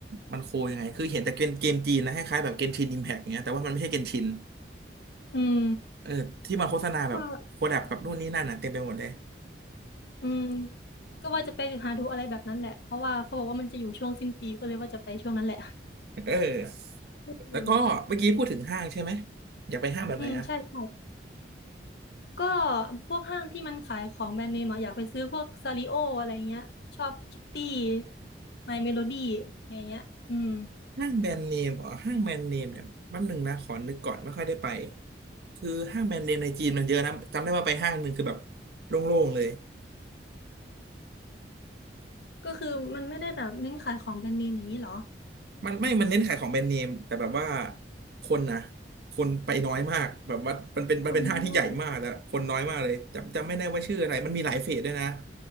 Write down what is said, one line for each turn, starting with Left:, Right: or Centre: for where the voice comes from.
Right: มันโคยังไงคือเห็นแต่เกมเกมจีนนะคล้ายๆแบบเกนชินอิมแพกเงี้ยแต่ว่ามันไม่ใช่เกนชิน
Left: อืม
Right: เออที่มาโฆษณาแบบโคแลบกับนู่นนี่นั่นอ่ะเต็มไปหมดเลย
Left: ก็อืมก็ว่าจะไปหาดูอะไรแบบนั้นแหละเพราะว่าเขาบอกว่ามันจะอยู่ช่วงสิ้นปีก็เลยว่าจะไปช่วงนั้นแหละ
Right: เออ
Left: อืม
Right: แล้วก็เมื่อกี้พูดถึงห้างใช่ไหมอยากไปห้างแบบไหนอ่ะ
Left: อืมใช่ใช่ ก็พวกห้างที่มันขายของแบรนด์เนมอะอยากไปซื้อพวกซาริโออะไรเงี้ยชอบคิตตี้ไมเมโลดี้อย่างเงี้ยอืม
Right: ห้างแบรนด์เนมอ๋อห้างแบรนด์เนมเนี่ยแป๊บหนึ่งนะขอนึกก่อนไม่ค่อยได้ไปคือห้างแบรนด์เนมในจีนมันเยอะนะจำได้ว่าไปห้างหนึ่งคือแบบโล่งๆเลย
Left: ก็คือมันไม่ได้แบบเน้นขายของแบรนด์เนมอย่างนี้เหรอ
Right: มันไม่มันเน้นขายของแบรนด์เนมแต่แบบว่าคนนะคนไปน้อยมากแบบว่ามันเป็นมันเป็นห้างที่ใหญ่มากแล้วคนน้อยมากเลยจำจำไม่ได้ว่าชื่ออะไรมันมีหลายเฟสด้วยนะ
Left: อ๋อ